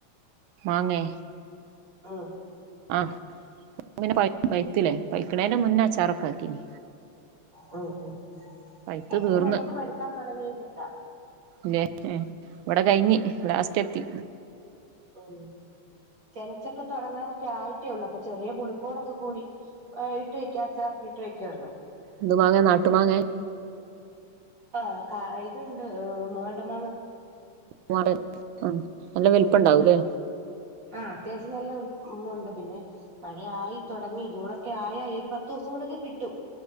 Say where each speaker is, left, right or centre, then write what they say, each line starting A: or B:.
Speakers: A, on the right; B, on the right.
A: മാങ്ങേ
B: ആഹ്
A: ആഹ് ഇപ്പം പൈത്തില്ലേ പൈക്കണേന്റെ മുന്നേ അച്ചാറൊക്കെ ആക്കിനി.
B: മ് മ്
A: പൈത്ത്
B: അവിടെ
A: തീർന്ന്
B: നമുക്ക് പഴ്ക്കാൻ തുടങ്ങിട്ടില്ല.
A: ല്ലേ ഇവടെ കഴിഞ്ഞ് ലാസ്റ്റ് എത്തി.
B: ഉം ചെൻചെക്കെ തുടങ്ങാനൊക്കെ ആയിട്ടേ ഉള്ളൂ അപ്പൊ ചെറിയ പുളിപ്പോടൊക്കെ കൂടി വൈകിട്ട് ഇട്ട്ക്കെ അച്ചാറൊക്കെ ഇട്ട് വെ ക്കുവല്ലോ-
A: എന്തു മാങ്ങെ നാട്ടുമാങ്ങെ
B: ആഹ് കാ ഇതുണ്ട് മൂവണ്ട മാങ്ങ-
A: മൂവണ്ടൻ ഉം നല്ല വലിപ്പം
B: ഉം
A: ഉണ്ടാവൂല്ലേ?
B: ആഹ് അത്യാവശ്യം നല്ല വലി മുണ്ട് പിന്നെ മഴയായി തൊടങ്ങി ജൂണൊക്കെ ആയായ് ഒരു പത്ത് ദെവസൊടൊക്കെ കിട്ടും.